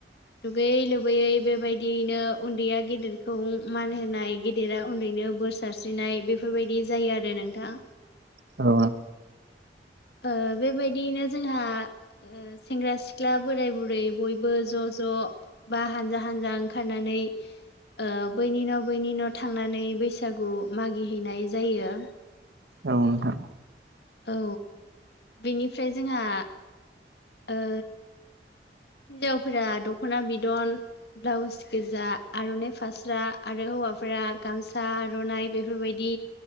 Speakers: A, on the left (about 65°); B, on the right (about 75°).
A: दुगैयै लुबैयै बेबायदियैनो उन्दैया गेदेरखौ मान होनाय गेदेरा उन्दैनो बोर सारस्रिनाय बेफोरबायदि जायो आरो नोंथाङा
B: औ
A: ओ बेबायदियैनो जोंहा सेंग्रा सिख्ला बोराय बुरै बयबो ज' ज' बा हानजा हानजा ओंखारनानै नै ओ बै निन' बै निन' थांनानै बैसागु मागिहैनाय जायो
B: औ नोंथां
A: औ बेनिफ्राय जोंहा ओ हिनजावफोरा दख'ना बिदन ब्लाउस गोजा आर'नाइ फास्रा आरो हौवा गामसा आर'ना बेफोरबायदि